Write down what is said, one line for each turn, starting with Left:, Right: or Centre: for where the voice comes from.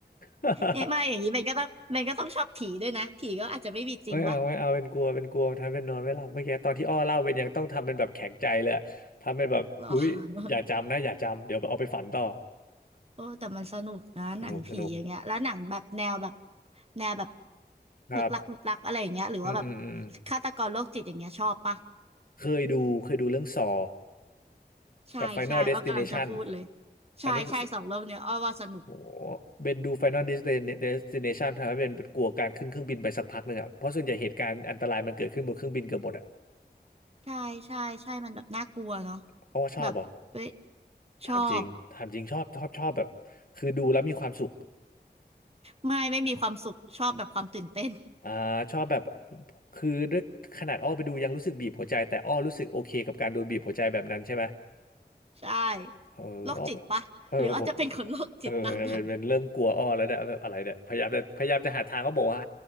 Left: <laughs>
Right: เอ๊ะไม่อย่างนี้เบนก็ต้องเบนก็ต้องชอบผีด้วยนะผีก็อาจจะไม่มีจริงวะ
Left: ไม่เอาไม่เอาเป็นกลัวเป็นกลัวทำเป็นนอนไม่หลับเมื่อกี้ตอนที่อ้อเล่าเป็นยังต้องทำเป็นแบบแข็งใจเลยอะทำเป็นแบบอุ๊ยอย่าจำนะอย่าจำเดี๋ยวเอาไปฝันต่อ
Right: หรอ โอ้แต่มันสนุกนะหนังผีอย่างเงี้ยแล้วหนังแบบแนวแบบ
Left: สนุกสนุก
Right: แนวแบบ
Left: ครับ
Right: ลึกลับลึกลับอะไรอย่างเงี้ยหรือว่าแบบ
Left: อืมอืมอืม
Right: ฆาตกรโรคจิตอย่างเงี้ยชอบปะ
Left: เคยดูเคยดูเรื่องซอ
Right: ใช่ใช่อ้อกำลังจะพูดเลย
Left: กับ Final Destination
Right: ใช่ใช่สองเรื่องเนี้ยอ้อว่าสนุก
Left: อันนี้คือโหเป็นดู Final Destin- Destination ทำให้เบนเป็นกลัวการขึ้นเครื่องบินไปสักพักหนึ่งอ่ะ เพราะส่วนใหญ่เหตุการณ์อันตรายมันเกิดขึ้นบนเครื่องบินเกือบหมดอ่ะ
Right: ใช่ใช่ใช่มันแบบน่ากลัวเนาะ
Left: เพราะว่าชอบหรอ่ะ
Right: แบบเว้ยชอบ
Left: ถามจริงถามจริงชอบชอบชอบแบบคือดูแล้วมีความสุข
Right: ไม่ไม่มีความสุขชอบแบบความตื่นเต้น
Left: อ่าชอบแบบคือด้วยขนาดอ้อไปดูยังรู้สึกบีบหัวใจแต่อ้อรู้สึกโอเคกับการโดนบีบหัวใจแบบนั้นใช่ไหม
Right: ใช่
Left: เอออ้อแบบเออผม
Right: โรคจิตปะหรืออาจจะเป็นคนโรคจิตตามหนัง
Left: เออเป็นเป็นเริ่มกลัวอ้อแล้วเนี่ยแบบอะไรเนี่ยพยายามจะพยายามจะหาทางเขาบอกว่า